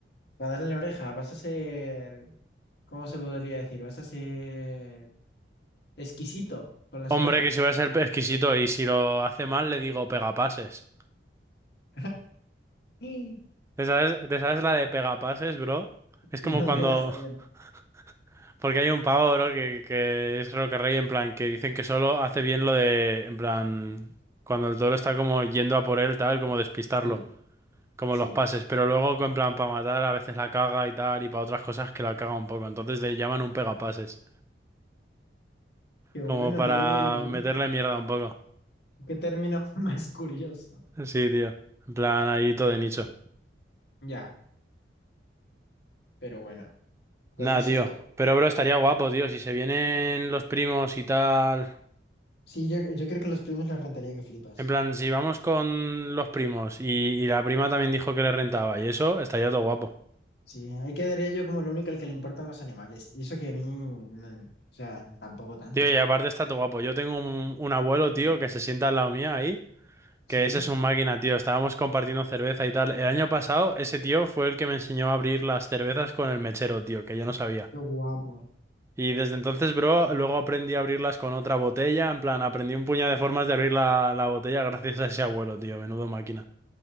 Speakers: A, on the left; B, on the right.
A: Para darle la oreja, vas a ser... ¿Cómo se podría decir? Vas a ser exquisito con las
B: Hombre,
A: orejas.
B: que si voy a ser exquisito y si lo hace mal le digo pegapases.
A: <laughs> Sí.
B: ¿Te sabes, te sabes la de pegapases, bro? Es
A: No
B: como cuando...
A: me las sabían.
B: <laughs> Porque hay un pavo, bro, que, que es Roque Rey, en plan, que dicen que solo hace bien lo de... En plan, cuando el toro está como yendo a por él, tal, como despistarlo,
A: Sí,
B: como
A: sí.
B: los pases. Pero luego, en plan, para matar, a veces la caga y tal, y para otras cosas que la caga un poco. Entonces le llaman un pegapases,
A: Qué bueno,
B: como para
A: no lo había oído nunca.
B: meterle mierda un poco.
A: Qué término <laughs> más curioso.
B: Sí, tío. En plan, ahí todo de nicho.
A: Ya, pero bueno. Entonces
B: Nada, tío.
A: esto,
B: Pero, bro, estaría guapo, tío. Si se vienen los primos y tal.
A: sí, yo, yo creo que a los primos les rentaría que flipas.
B: En plan, si vamos con los primos y, y la prima también dijo que le rentaba y eso, estaría todo guapo.
A: Sí, ahí quedaría yo como el único al que le importan los animales. Y eso que a mí, no- o sea, tampoco tanto.
B: Tío, y aparte está todo guapo. Yo tengo un, un abuelo,
A: Mm,
B: tío, que se sienta al lado mía ahí,
A: Sí,
B: que ese es un máquina, tío. Estábamos compartiendo cerveza y tal. El año pasado, ese tío fue el que me enseñó a abrir las cervezas con el mechero, tío, que yo no sabía.
A: qué guapo,
B: Y desde entonces, bro, luego aprendí a abrirlas con otra botella. En plan, aprendí un puñado de formas de abrir la, la botella gracias a ese abuelo, tío. Menudo máquina.